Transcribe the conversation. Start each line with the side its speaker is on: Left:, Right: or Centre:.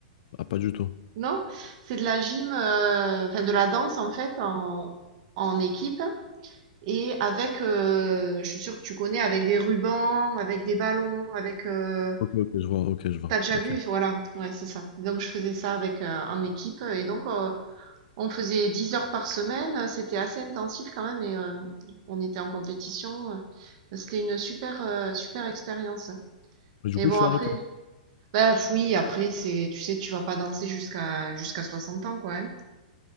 Left: Ah, pas du tout.
Right: Non? C'est de la gym, euh, enfin de la danse en fait en, en équipe et avec, euh, je suis sûre que tu connais, avec des rubans, avec des ballons, avec. Euh,
Left: Ok, ok, je vois, ok, je vois,
Right: t'as déjà
Left: ok.
Right: vu? Voilà, ouais, c'est ça. Donc je faisais ça avec euh, en équipe et donc euh, on faisait 10 heures par semaine. C'était assez intensif quand même et euh, on était en compétition. euh, C'était une super euh, super expérience.
Left: Mais du
Right: Et
Left: coup,
Right: bon
Left: tu
Right: après,
Left: as arrêté.
Right: bah oui, après c'est, tu sais, tu vas pas danser jusqu'à jusqu'à soixante ans quoi. hein.